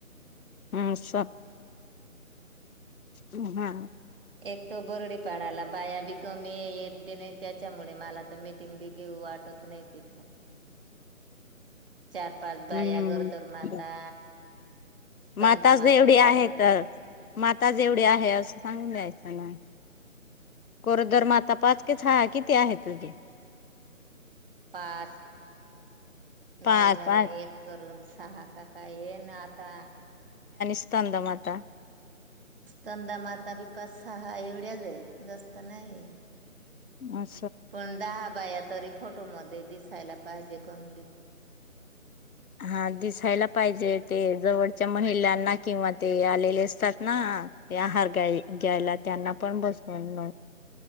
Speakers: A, on the left; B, on the right.
A: अम स ह् हा.
B: एक तो बरडी पाडाला बाया बी कमी येत बी नाही त्याच्यामुळे मला तर मीटिंग बी घेऊ वाट त नाही तिथं.
A: <inaudible>
B: चार पाच बाया
A: हम्म
B: गरोदर माता. स्तनदा
A: माताच
B: माता
A: एवढी
B: चार
A: आहे
B: पाच
A: तर माताज एवढी आहे असं सांगून दयचं ना.
B: हम.
A: गरोदर म आता पाच की सहा किती आहे तुझी
B: पाच.
A: पाच
B: नवीन नवीन एक करून सहा काका ये ना आता.
A: स्तनदा माता.
B: स्तंदा मातापिपा सहा एवढ्याच आहे जास्त नाहीये.
A: अच्छा.
B: पण दहा बाया तरी फोटोमध्ये दिसायला पाहिजे गमली.
A: हा दिसायला पाहिजे ते जवळच्या महिलांना किंवा ते आलेले असतात ना. ह ते आहारा घ्यायला त्यांना पण बसटिंग